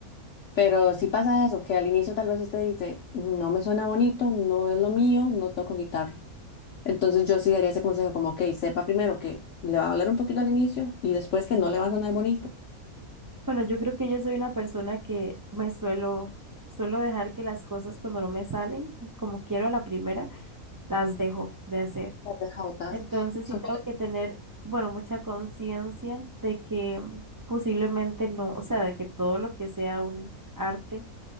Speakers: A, on the left; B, on the right.
A: pero si pasa eso, que al inicio tal vez usted dice, no me suena bonito, no es lo mío, no toco guitarra. Entonces yo sí daría ese consejo como, ok, sepa primero que le va a doler un poquito al inicio y después que no le va a sonar bonito.
B: Bueno, yo creo que yo soy una persona que me suelo, suelo dejar que las cosas cuando no me salen, como quiero a la primera, las dejo de hacer.
A: Las deja botadas.
B: Entonces
A: Eso
B: sí tengo
A: fue-
B: que tener, bueno, mucha conciencia de que posiblemente no, o sea, de que todo lo que sea un arte